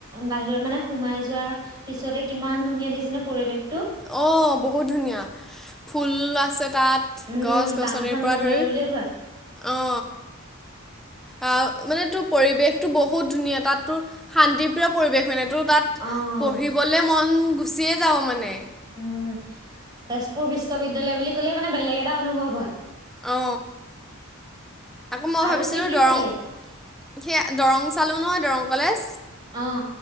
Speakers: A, on the right; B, in the centre.
A: বাহিৰৰ মানে সোমাই যোৱা পিছতে কিমান ধুনীয়া দেখিছেনে পৰিৱেশটো?
B: অ বহুত ধুনীয়া, ফুল আছে তাত।
A: উম,
B: গছ গছনিৰ
A: কাঞ্চন
B: পৰা
A: নগৰী
B: ধৰি,
A: বুলিও কয়
B: অ। আ মানে তোৰ পৰিৱেশটো বহুত ধুনীয়া, তাত তোৰ শান্তিপ্ৰিয় পৰিৱেশ মানে। তোৰ তাত
A: অ'।
B: পঢ়িবলে মন গুচিয়ে যাব মান।
A: উম, তেজপুৰ বিশ্ববিদ্যালয়ৰ বুলি ক'লে মানে বেলেগ এটা অনুভৱ হয়।
B: অ। আকৌ মই
A: আৰু
B: ভাবিছিলোঁ
A: কি কি
B: দৰং,
A: চালি?
B: সেয়া দৰং চালো নহয় দৰং কলেজ।
A: অ।